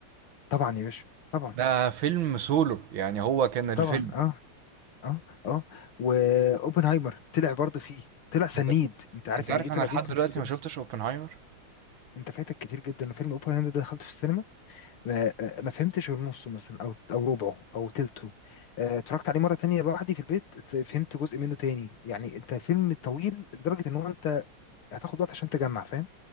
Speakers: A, on the left; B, on the right.
A: طبعا يا باشا طبعا
B: ده فيلم سولو يعني هو كان الفيلم
A: طبعا اه اه اه واوبنهايمر طلع برضه فيه طلع سنيد
B: انت
A: انت عارف
B: انت
A: يعني
B: عارف
A: ايه طلع
B: انا لحد
A: بيسند
B: دلوقتي
A: في الفيلم
B: ما شفتش اوبنهايمر
A: انت فايتك كتير جدا أنا فيلم اوبنهايمر ده دخلته في السينما ما, ما فهمتش غير نصه مثلا او او ربعه او تلته آه، اتفرجت عليه مره تانية لوحدي في البيت ات- فهمت جزء منه تاني يعني انت فيلم طويل لدرجه ان هو انت هتاخد وقت عشان تجمع فاهم